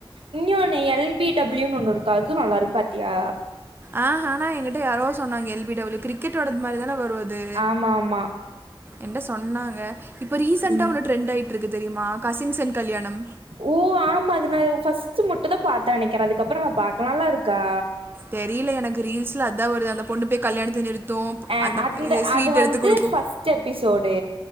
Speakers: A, on the right; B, on the right.
A: இங்னொன்னு எல் பி டபிள்யூன்னு ஒண்ணு இருக்கு அதுவு நல்லாருக்கு பாத்தியா
B: ஆ ஆனா என்கிட்ட யாரோ சொன்னாங்க எல் பி யூ கிரிக்கெட் ஓட மாரிதான வரு அது
A: ஆமா ஆமா
B: ஏன்ட சொன்னாங்க இப்ப ரீசண்டா
A: ம்
B: ஒன்னு ட்ரெண்ட் ஆய்ட்டுருக்கு தெரியுமா கசின்ஸ் அன் கல்யாணம்
A: ஓ ஆமா அத நா பைர்ஸ்ட்டு மட்டுதா பாத்தே நெனைக்கிறே அதுக்கப்பற நா பாக்கல நல்லாருக்கா
B: தெரியல எனக்கு ரீல்ஸ்ல அதா வருது அந்த பொண்ணு போய் கல்யாணத்த நிறுத் டு
A: அ
B: அந்த ஸ்வீட்
A: அது
B: எடுத்து
A: வந்து
B: குடுக்கு
A: ஃபர்ஸ்ட் எபிசோடு